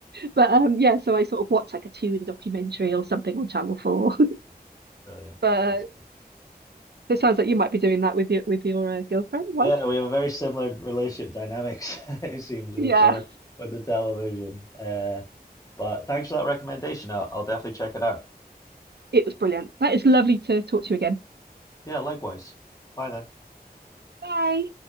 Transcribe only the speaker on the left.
brilliant.
That's brilliant.
Yeah, we have a very similar relationship dynamics, <laughs> it seems,
with the with the television. Uh, But thanks for that recommendation. I'll, I'll definitely check it out.
Yeah, likewise. Bye then.